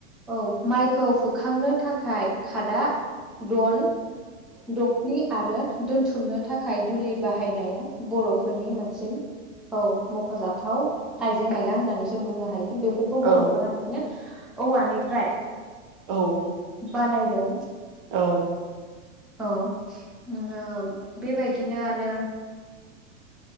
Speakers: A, in the centre; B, on the right (about 45°).
A: औ माइखौ हुखांनो थाखाय खादा दन दखनि आरो दोनथुमनो थाखाय दुलि बाहायनाया बर'फोरनि मोनस औ मख'जाथाव आइजें आइला होननानै जों बुंनो हायो बेब बेफोरखौ
B: औ
A: बर'फोरा <unintelligible> औवानिफ्राय
B: औ
A: बानायदों
B: औ
A: औ ओ बेबायदिनो आरो